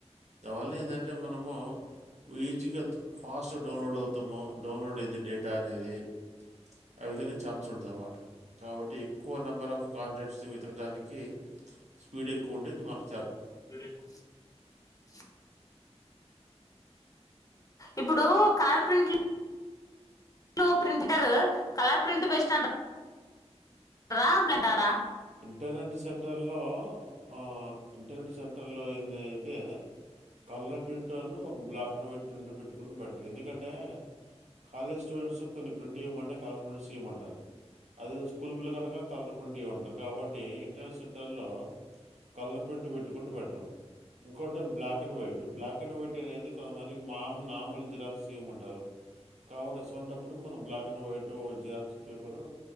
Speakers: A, on the right; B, on the left.
A: దానివల్ల ఏంటంటే మనము ఈజీగా ఫాస్ట్గా డౌన్లోడ్ అవుతాము డౌన్లోడ్ అయితేే డేటా అనేది ఆ విధంగా ఛాన్స్ ఉంటంది అ మాట కాబట్టి ఎక్కువ ఫో నంబర్ ఆఫ్ కాంటాక్ట్స్ని వెతకడానికి స్పీడ్ ఎక్కువ ఉంటే మర్
B: అ ఇప్పుడు కలర్ ప్రింట్లు లో ప్రింటటర్ కలర్ ప్రింట్ బేస్ట్ అం రాంప్లేంటారా
A: ఇంటర్నెట్ సెంటర్ లో ఆ ఇంటర్నెట్ సెంటర్లో ఏంది అయితే కలర్ ప్రింట్ అన్ను ఒక బ్లాక్ అండ్ వైట్ ప్రింట్ పెట్టుకుంటే బెటర్ ఎందుకంటే కాలేజ్ స్టూడెంట్స్ కొన్ని ప్రింట్ ఇవ్వమంటే కలర్ ప్రింస్ ఇవ్వమంటారు అదే స్కూల్ పిల్ల కాయలక కలర్ ప్రింట్ ఇవ్వండి కాబట్టి ఇంట్రెన్స్ సెంటర్ల్లో కలర్ ప్రింట్ పెట్టుకుంటె బెటరు ఇంకోటి black and white black and white అనేది కొంతమందికి మామూలు నార్మల్ జిరాక్స్ ఇవ్వమంటారు కాబట్టి అసువంట్టప్పుడు మనం black and white xerox paper